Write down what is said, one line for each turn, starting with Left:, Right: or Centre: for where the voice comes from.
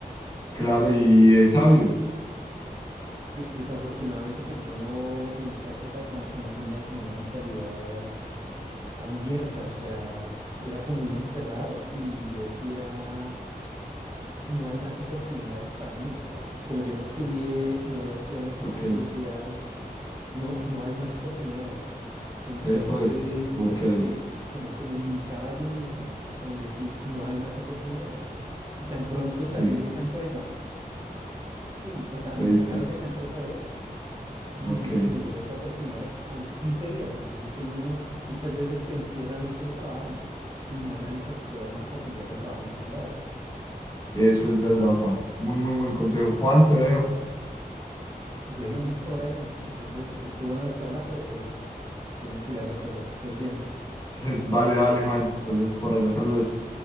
Left: claro,
Right: Y pues
Left: y
Right: des-
Left: es sabio.
Right: de- desafortunadamente, pues yo no, en esa época cua- no tenía como una mentalidad abierta, o sea, era como muy encerrado y yo decía, no hay más oportunidades para mí, o sea, como yo no estudié, no había estudiado en ese
Left: Ok,
Right: momento, yo decía no, no hay más oportunidades. Entonces,
Left: esto es. Ok,
Right: digamos que como que me limitaba yo mismo en decir, no hay más oportunidades. Y tan pronto
Left: sí,
Right: salí de esa empresa, ¡pum! O sea, a mí
Left: te diste.
Right: me sacaron de esa empresa, de hecho, y
Left: Ok,
Right: me, me llegó otra oportunidad a los 15 días. Entonces, uno, uno muchas veces se encierra en un solo trabajo y no analiza que puede haber más posibilidades de trabajo en otros lados.
Left: eso es verdad, Juan. Muy, muy buen consejo. Juan, te dejo.
Right: Bueno, listo, Brian. Entonces, estuvo en la charla, pero pues tienes que ir a hacer cosas, que estés bien.
Left: <laughs> Entonces, vale, vale, Juan. Entonces, por allá saludes.